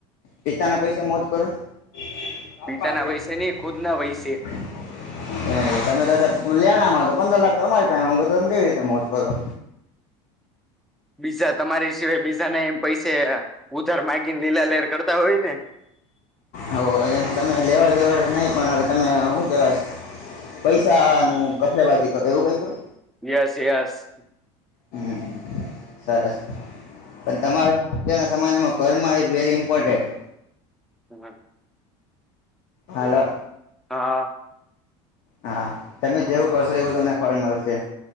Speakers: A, on the left; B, in the centre.
A: પિતાના પૈસા મોજ કરો. <unintelligible>
B: પિતાના પૈસે નહી ખુદ ના પૈસે
A: તમે તો. લેણામાં તો પંદર લાખ તો અમારી તમે કેવી રીતે મોજ કરો?
B: બીજા તમારી સિવાય બીજા ના એમ પૈસે ઉધાર માગીને લીલા લેર કરતા હોય ને.
A: આવો એમ તમે લેવાડ દેવાડ નહી પણ હવે તમે હું કેવાય? પૈસા નું ગફલેબાજી કરો એવું કઈ કરો?
B: Yes yes.
A: હમ સરસ. પણ તમારે આ અત્યારના સમયમાં કર્મા ઈઝ વેરી ઇમ્પોર્ટેન્ટ.
B: હા.
A: હલો,
B: હા
A: હા તમે જેવું કરશો એવું તમને ફળ મળશે.